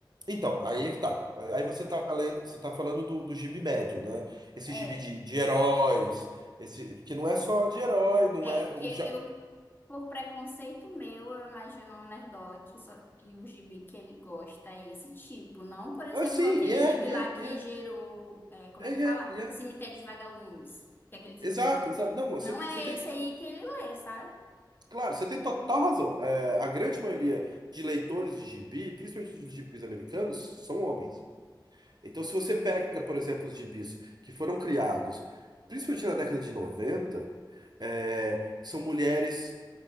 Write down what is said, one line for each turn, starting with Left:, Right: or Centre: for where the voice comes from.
Right: Então, aí é que tá. Aí você tá lendo, você tá falando do, do gibi médio, né? Esse
Left: É.
Right: gibi de, de heróis, esse que não é só de
Left: é,
Right: herói, não
Left: É,
Right: é
Left: porque
Right: o já.
Left: eu, por preconceito meu, eu imagino um nerdola que, só, que o gibi que ele gosta é esse tipo. Não, por exemplo,
Right: Ah, sim,
Left: aquele
Right: yeah,
Left: gibi
Right: yeah,
Left: lá que
Right: yeah,
Left: gerou, é, como
Right: yeah,
Left: é que
Right: yeah,
Left: fala?
Right: yeah.
Left: Cemitérios Vagalumes, que é aquele filme
Right: Exato,
Left: lá.
Right: exato. Não, você,
Left: Não
Right: você
Left: é
Right: tem,
Left: esse aí que ele lê, sabe?
Right: claro, você tem total razão. É, a grande maioria de leitores de gibi, principalmente dos gibis americanos, são homens. Então, se você pega, por exemplo, os gibis que foram criados, principalmente na década de 90 é, são mulheres.